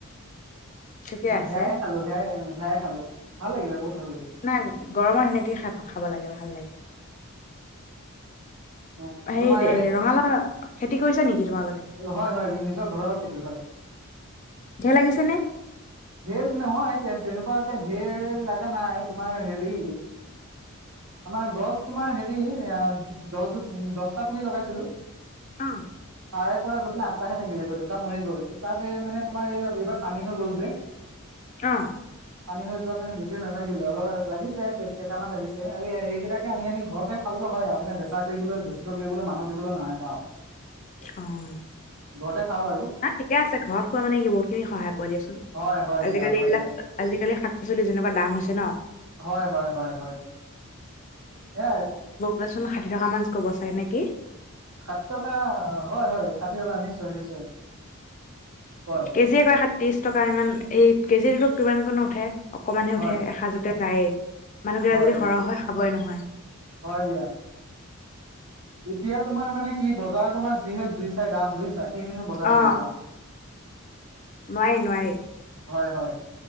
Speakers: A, on the left (about 35°); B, on the right (about 80°).
A: ঠিকে আছে
B: সেয়াই খালো সেয়াই উম সেয়াই খালো ভাল লাগিলে বহুত ভাল লাগিলে
A: নাই গৰমত সেনেকেই খাব খাব লাগে ভাল লাগে
B: অহ
A: হেৰি
B: তোমাৰ
A: ৰঙালাও খেতি কৰিছা নেকি তোমালোকে
B: হয় হয় নিজৰ ঘৰৰ খেতি হয়
A: ঢেৰ লাগিছে নে
B: হেই নহয় তেন তেনেকুৱা এ ঢেৰৰৰ লাগে গা নাই তোমাৰ হেৰি আমাৰ গছ তোমাৰ হেৰি এ দহজোপ দছটা পুলি লগাইছিলো
A: অ
B: পাৰে ক গ আঠটাহে থাকিলে গৈ দুটা মৰি গ'ল তাত মানে তোমাৰ এই এইবাৰ পানী হৈ গ'ল যে
A: অহ
B: পানী হৈ যোৱাৰ কাৰণে বেছ ছি নালাগিলে অলপ লাগিছে কেই কেইটামান লাগিছে এই এইকেইটাকে আনি আনি ঘৰতে খাবলৈ হয় আৰু মানে বেচা কৰিবলৈ বেচিব কৰিবলৈ মানুহক দিবলৈ নহয় খোৱা
A: অহ
B: ঘৰতে খাওঁ আৰু
A: না ঠিকে আছে ঘৰত খোৱা মানে বহু খিনি সহায় পোৱা দিয়াচোন
B: হয় হয়
A: আজিকালি
B: দিয়া হয়
A: এইবিলাক
B: দিয়া
A: আজিকালি শাক পাচলি যেনেকুৱা দাম হৈছে ন
B: হয় হয় হয় হয় হয়
A: কাচোন ষাঠি টকা মানছ ক'ব চাগে নেকি
B: ষাঠি টকা হয় হয় ষাঠি টকা নিশ্চয় নিশ্চয় হয়
A: কেজিয়ে কয় সাত ত্ৰিশ টকা ইমান এক কেজি কিমান কণ ওঁঠে অকমান হে
B: হয়
A: উঠে এসাঁজতে প্ৰায় মানুহবিলাক
B: হয়
A: যদি সৰহ হয় খাবই নহয় উ <unintelligible>
B: হয় দিয়া এতিয়া তোমাৰ মানে কি বজাৰ তোমাৰ যিহে জুই চাই দাম বুইছা। কিনো বজাৰ
A: অ
B: কৰিবা।
A: নোৱাৰি - নোৱাৰি।
B: হয় - হয়।